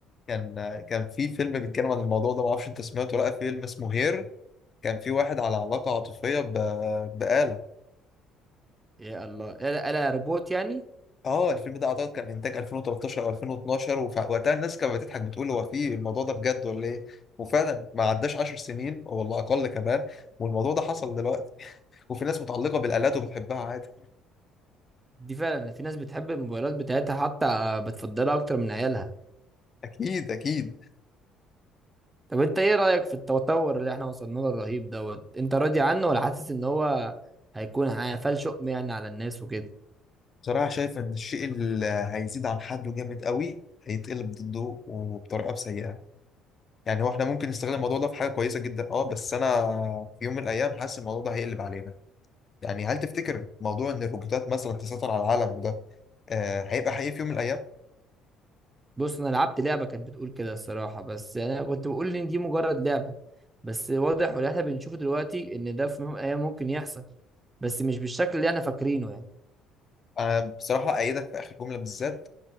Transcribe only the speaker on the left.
كان كان في فيلم بيتكلم عن الموضوع ده معرفش أنت سمعته ولا لأ فيلم اسمه هير كان في واحد على علاقة عاطفية ب... بآلة
أه الفيلم ده أعتقد كان إنتاج 2013 أو 2012 ووقتها الناس كانت بتضحك بتقول هو في الموضوع ده بجد ولا إيه وفعلا ما عداش 10 سنين والله أقل كمان والموضوع ده حصل دلوقتي وفي ناس متعلقة بالآلات وبتحبها عادي
أكيد أكيد
بصراحة شايف إن الشيء اللي هيزيد عن حده جامد قوي هيتقلب ضده وبطريقة سيئة يعني هو احنا ممكن نستغل الموضوع ده في حاجة كويسة جدا اه بس أنا في يوم من الأيام حاسس الموضوع ده هيقلب علينا يعني هل تفتكر موضوع إن الروبوتات مثلا تسيطر على العالم وده آه هيبقى حقيقي في يوم من الأيام؟
أنا بصراحة أيدك في آخر جملة بالذات